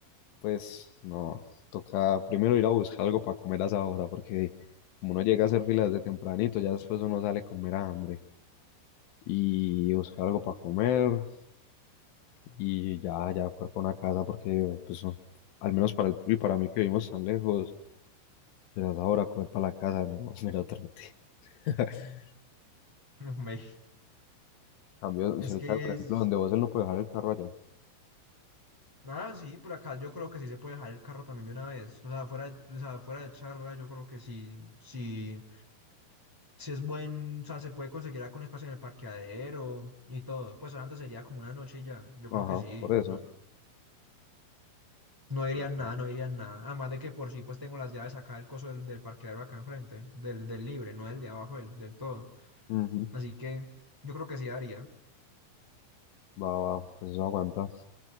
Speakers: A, on the left (about 75°); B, in the centre.
A: pues no. Toca primero ir a buscar algo para comer a esa hora. Porque como uno llega a hacer filas de tempranito, ya después uno sale con mera hambre. Y buscar algo para comer. y ya, ya coger para una casa porque, pues, al menos para el, y para mí que vivimos tan lejos, pues hasta ahora coger para la casa, no, <laughs> mira, trote. <laughs>
B: <laughs> Hombre,
A: Cambio,
B: Es
A: si el
B: que
A: carro, por
B: es...
A: ejemplo, donde vos él no puede dejar el carro allá.
B: Ah, sí, por acá yo creo que sí se puede dejar el carro también de una vez. O sea, fuera, de- o sea, fuera de charla, yo creo que sí, sí, sí es buen, o sea, se puede conseguir algún espacio en el parqueadero y todo. Pues solamente sería como una noche y ya. Yo creo
A: Ajá,
B: que sí.
A: por eso.
B: no, No dirían
A: Sí, sí.
B: nada, no dirían nada. Además de que por sí, pues tengo las llaves acá del coso del, del parqueadero acá enfrente, del, del libre, no del de abajo, del, del todo.
A: Ujú.
B: Así que yo creo que sí haría.
A: Va, va, pues eso aguanta.